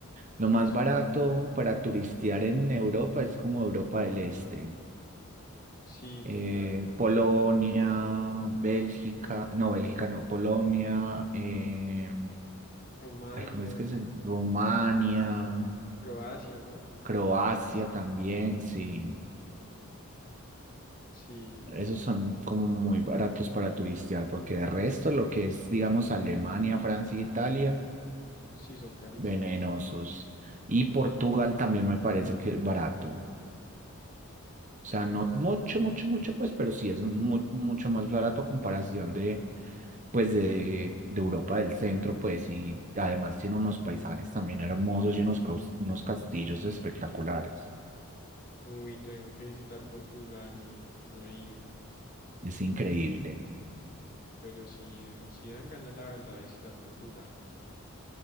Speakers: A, on the right; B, on the left.
A: Lo más
B: Sí,
A: barato para turistear en Europa es como Europa del Este.
B: sí, total.
A: Eh, Polonia, Bélgica, no, Bélgica no, Polonia, eh,
B: Rumania,
A: ay, ¿cómo es que se? Rumania,
B: Croacia, ¿no?
A: Croacia también, sí.
B: Sí,
A: Esos son como muy baratos para turistear, porque de resto lo que es, digamos, Alemania, Francia, e Italia.
B: sí, son carísimos.
A: venenosos. Y Portugal también me parece que es barato. O sea,
B: Mm,
A: no mucho, mucho, mucho, pues, pero sí es mu- mucho más barato a comparación de, pues, de, de Europa del centro, pues, y además tiene unos paisajes también hermosos y unos, caus- unos castillos espectaculares.
B: Uy, tengo que visitar Portugal, no, no he ido.
A: Es increíble.
B: Pero sí, eh, sí dan ganas, la verdad, de visitar Portugal.